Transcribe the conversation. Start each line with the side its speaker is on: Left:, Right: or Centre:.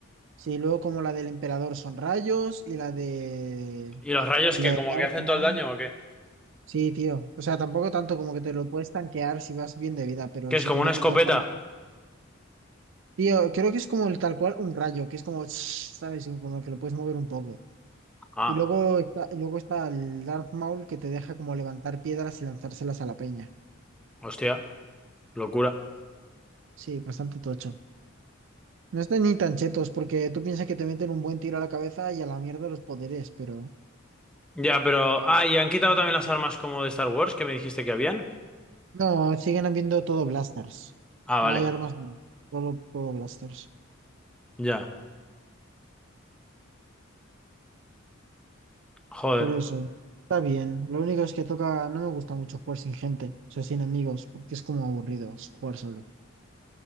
Right: Sí, luego como la del emperador son rayos y la de
Centre: ¿Y los rayos
Right: y
Centre: que
Right: la de
Centre: como
Right: Darth
Centre: que hacen
Right: Maul.
Centre: todo el daño o qué?
Right: Sí, tío. O sea, tampoco tanto como que te lo puedes tanquear si vas bien de vida, pero
Centre: ¿Que
Right: si
Centre: es como
Right: te meten
Centre: una escopeta?
Right: dos rayos. Tío, creo que es como el tal cual un rayo, que es como, <tsk> ¿sabes? Como que lo puedes mover un poco.
Centre: Ah,
Right: Y luego está, y luego está el Darth Maul que te deja como levantar piedras y lanzárselas a la peña.
Centre: hostia, locura.
Right: Sí, bastante tocho. No están ni tan chetos, porque tú piensas que te meten un buen tiro a la cabeza y a la mierda los poderes, pero.
Centre: Ya, pero... Ah, y han quitado también las armas como de Star Wars que me dijiste que habían.
Right: No, siguen habiendo todo blasters.
Centre: Ah,
Right: No
Centre: vale.
Right: hay armas, no. Solo todo blasters.
Centre: Ya. Joder.
Right: Pero eso, está bien. Lo único es que toca. No me gusta mucho jugar sin gente, o sea, sin amigos, porque es como aburrido jugar solo.